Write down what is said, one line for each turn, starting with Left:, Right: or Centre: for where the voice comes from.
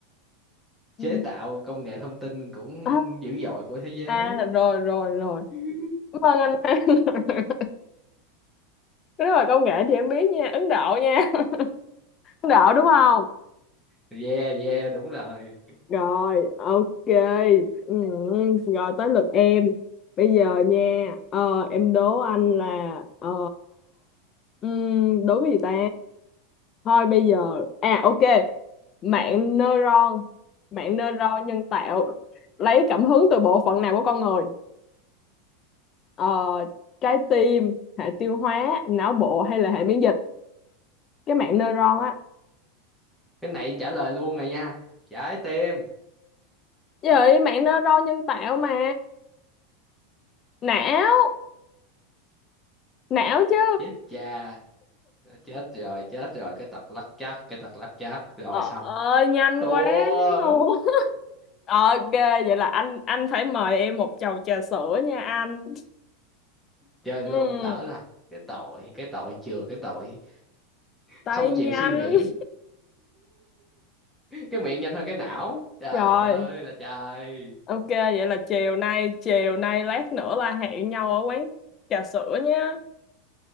Left: Ừ.
Centre: chế tạo công nghệ thông tin cũng
Left: <laughs> à,
Centre: dữ dội của thế giới
Left: à rồi rồi rồi
Centre: <laughs>
Left: cảm ơn anh An. <laughs> nếu mà công nghệ thì em biết nha Ấn Độ nha <laughs> Ấn Độ đúng không
Centre: yeah yeah đúng rồi
Left: rồi ok ừ, rồi tới lượt em bây giờ nha ờ, em đố anh là ờ, ừm, đố cái gì ta thôi bây giờ à ok mạng neuron mạng neuron nhân tạo lấy cảm hứng từ bộ phận nào của con người ờ, trái tim hệ tiêu hóa não bộ hay là hệ miễn dịch cái mạng neuron á
Centre: cái này trả lời luôn rồi nha trái tim
Left: vậy mạng neuron nhân tạo mà não não chứ
Centre: chết cha Đó, chết rồi chết rồi cái tật lắc chắc cái tật lắc chắc rồi
Left: ờ
Centre: xong
Left: ơi nhanh
Centre: thua
Left: quá luôn <laughs> ok vậy là anh anh phải mời em một chầu trà sữa nha anh
Centre: chơi
Left: ừ,
Centre: luôn lỡ rồi cái tội cái tội chừa cái tội
Left: tay
Centre: không chịu
Left: nhanh
Centre: suy nghĩ cái miệng nhanh hơn cái não trời
Left: rồi
Centre: ơi là trời
Left: ok vậy là chiều nay chiều nay lát nữa là hẹn nhau ở quán trà sữa nhé